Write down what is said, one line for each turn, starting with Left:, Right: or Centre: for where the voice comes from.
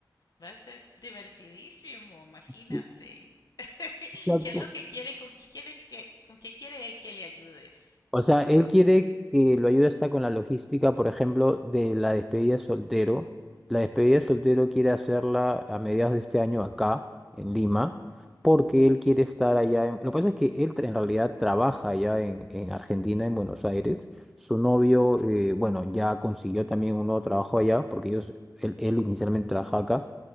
Left: Va a ser divertidísimo, imagínate.
Centre: Sí.
Left: <laughs>
Centre: O sea,
Left: ¿Qué es
Centre: po-
Left: lo que quiere? ¿Con qué quieres que, con qué quiere él que le ayudes?
Centre: O sea, él quiere que lo ayude hasta con la logística, por ejemplo, de la despedida de soltero. La despedida
Left: Ujú,
Centre: de soltero quiere hacerla a mediados de este año acá, en Lima, porque él quiere estar allá. en- Lo que pasa es que él tra- en realidad trabaja allá en, en Argentina, en Buenos Aires. Su novio,
Left: ujú,
Centre: eh, bueno, ya consiguió también un nuevo trabajo allá, porque ellos, él, él inicialmente trabaja acá